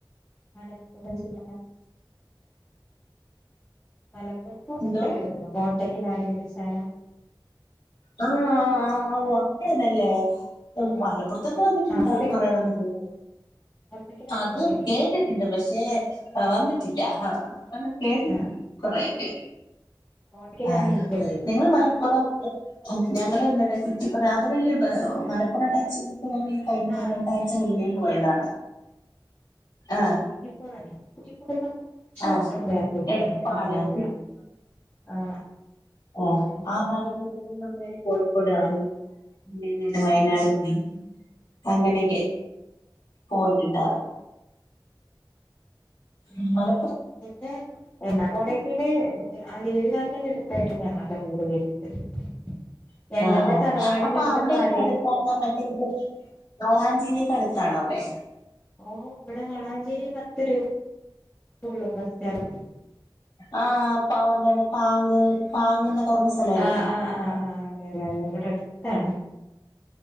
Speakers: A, on the left (about 25°); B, on the left (about 75°).
A: മലപ്പുറം ജില്ല മലപ്പു കോട്ടയ്ക്കൽ
B: എന്തോ
A: ഒക്കെ കേട്ടിനോ കോട്ടക്കൽ ആര്യവൈദ്യശാല
B: ആഹ് ആഹ് ആഹ് അവിടെയാണല്ലേ ത് മലപ്പുറം അപ്പറത്തൊക്കെ വന്നിട്ടുണ്ട്
A: ആഹ് കോട്ടക്കൽ
B: കുറെ വന്നിട്ടുണ്ട്
A: കോട്ടക്കലാണ്
B: അത്
A: ഇന്റെ വീട്
B: കേട്ടിട്ടുണ്ട് പക്ഷേ വന്നിട്ട് ട്ടില്ല നമ്മൾ കേട്ടിട്ടുണ്ട്
A: ആഹ്
B: കൊറെയൊക്കെ
A: കോട്ടക്കലാണ്
B: ആഹ്
A: ഇന്റെ വീട്
B: നിങ്ങൾ മലപ്പുറം ഞങ്ങള് എന്താണ് കുറ്റിപ്പുറം അത് വഴിയാ മലപ്പുറം ടച്ച് കഴിഞ്ഞ
A: ആഹ്
B: രണ്ടാഴ്ച
A: കുറ്റിപ്പുറല്ലേ
B: പിന്നേയും പോയതാണ് ആഹ്
A: കുറ്റിപ്പുറം അല്ലേ കുറ്റിപ്പുറത്ത് നിന്ന് കൊറച്ച്
B: ആഹ്
A: ബേക്കോട്ട്
B: എടപ്പാള്
A: ആണ് കാടാൻമ്പുഴ ആഹ്
B: ഓ
A: ആഹ്
B: ആ ഭാഗത്ത് മ്മ നേരെ കോഴിക്കോട് ഇറങ്ങി പിന്നെ നേരെ വയനാട് എത്തി അങ്ങനെയൊക്കെ പോയിട്ടുണ്ട ഇങ്ങള്
A: പിന്നെ എന്താ കോട്ടക്കല് ആര്യവൈദ്യശാലയുടെ എടുത്തായിട്ട് ഞങ്ങളുടെ വീട് വരുന്നത് <unintelligible> ഞങ്ങളുടെ
B: ആഹ് ആഹ്
A: തറവാടിന്റെ
B: അപ്പൊ
A: അടുത്തൊക്കെ
B: അവിടൊക്കെ
A: ആരുവി
B: അടുത്താണ് മറ്റേത് വളാഞ്ചേരി അടുത്താണോ അവിടെ
A: ഓ ഇവിടെ വളാഞ്ചേരി പത്ത് രൂപള്ളു ബസ് സ്റ്റാൻഡ
B: ആഹ് അപ്പാവന്താണ് പാങ് പാങ്ങ് പറഞ്ഞ സ്ഥലല്ലേ
A: ആഹ് ആഹ് ആഹ ആ് അതെതെ അതെ ഇവിടെ അടുത്താണ്